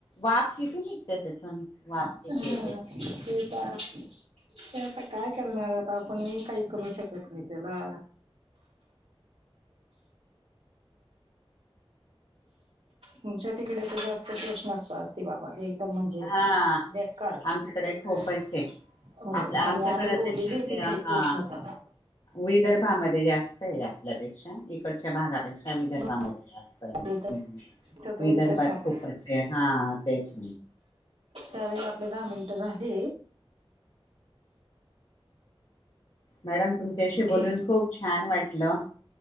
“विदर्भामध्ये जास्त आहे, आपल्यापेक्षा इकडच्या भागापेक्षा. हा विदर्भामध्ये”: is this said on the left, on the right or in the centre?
Left